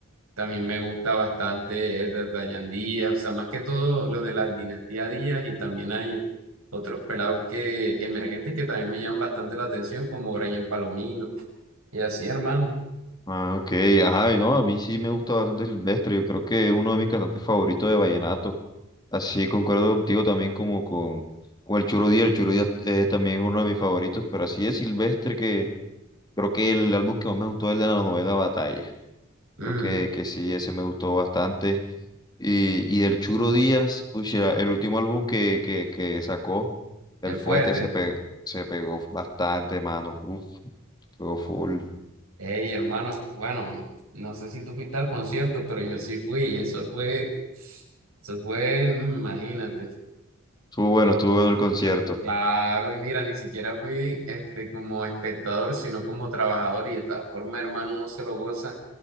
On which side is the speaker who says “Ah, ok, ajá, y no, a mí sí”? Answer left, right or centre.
Left